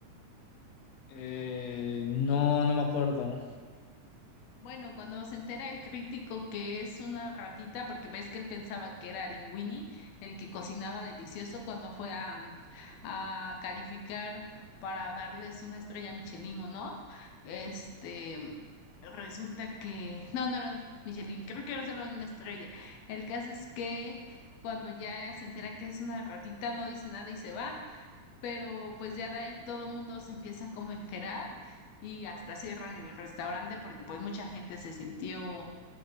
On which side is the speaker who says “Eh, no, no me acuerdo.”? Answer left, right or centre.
Left